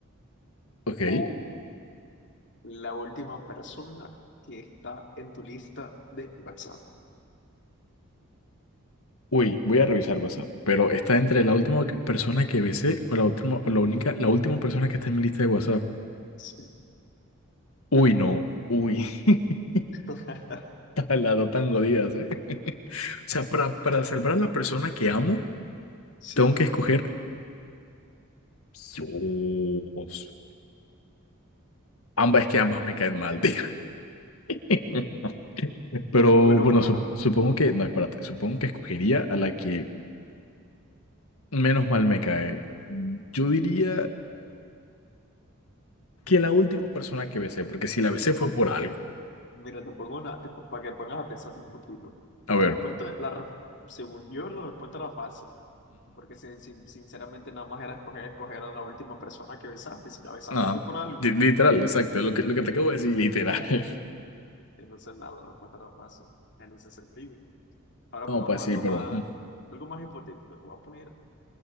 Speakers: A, on the left; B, on the left.
A: ok.
B: o la última persona que está en tu lista de WhatsApp.
A: Uy, voy a revisar WhatsApp, pero está entre la última que- persona que besé o la última, o la única, la última persona que está en mi lista de WhatsApp.
B: Sí.
A: Uy, no. Uy, <laughs>
B: <laughs>
A: está las dos tan jodidas, ¿eh? O sea, para, para salvar a la persona que amo,
B: Sí.
A: tengo que escoger. Dios. Ambas, es que ambas me caen mal, tío. <laughs> Pero
B: Bueno,
A: bueno,
B: bueno,
A: sup-
B: bueno.
A: supongo que. No, espérate. Supongo que escogería a la que menos mal me cae. Yo diría que la última persona que besé, porque si la besé fue por algo.
B: Mira, te pongo una, para que pongas a pensar un poquito.
A: A
B: La
A: ver.
B: respuesta, la, re- según yo, la respuesta era fácil, porque sin- sin- sinceramente nada más era escoger, escoger a la última persona que besaste. Si la besaste
A: Ajá.
B: fue por algo.
A: Li- Literal, exacto, lo que, lo que te acabo de decir, literal.
B: <laughs>
A: <laughs>
B: Entonces, nada, la respuesta era fácil en ese sentido. Ahora
A: No,
B: pongamos
A: pues sí,
B: algo
A: pero.
B: más,
A: mm.
B: algo más hipotético. Te voy a poner